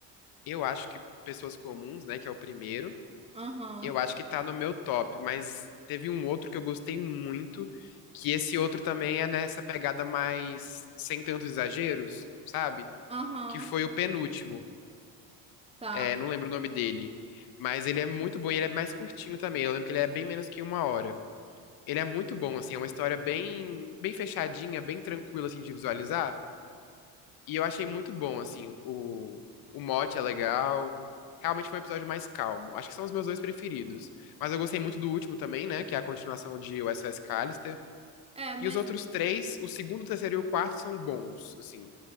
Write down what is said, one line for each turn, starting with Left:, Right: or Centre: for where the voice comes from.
Left: eu acho que Pessoas Comuns, né, que é o primeiro,
Right: Aham,
Left: eu acho que tá no meu top, mas teve um outro que eu gostei muito, que esse outro também é nessa pegada mais sem tantos exageros, sabe?
Right: aham,
Left: Que foi o penúltimo.
Right: tá.
Left: É, não lembro o nome dele. Mas ele é muito bom e ele é mais curtinho também. Eu lembro que ele é bem menos que uma hora. Ele é muito bom, assim, é uma história bem, bem fechadinha, bem tranquila, assim, de visualizar. E eu achei muito bom, assim, o, o mote é legal. Realmente foi um episódio mais calmo. Acho que são os meus dois preferidos. Mas eu gostei muito do último também, né, que é a continuação de USS Callister.
Right: É,
Left: E
Right: mas.
Left: os outros três, o segundo, o terceiro e o quarto são bons, assim,